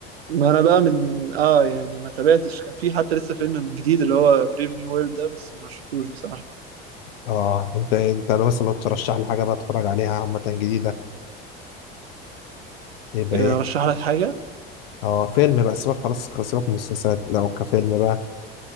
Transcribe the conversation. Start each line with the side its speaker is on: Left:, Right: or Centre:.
Right: ما أنا بقى من آه، يعني ما تابعتش، كان في حتى لسه فيلم من جديد اللي هو brave new world ده بس ما شفتوش بصراحة.
Left: اه انت انت لو مثلا لو ترشح لي حاجه بقى اتفرج عليها عامه جديده يبقى
Right: آآ
Left: ايه
Right: أرشّح لك حاجة؟
Left: اه فيلم بقى سيبك خلاص سيبك من المسلسلات لو كفيلم بقى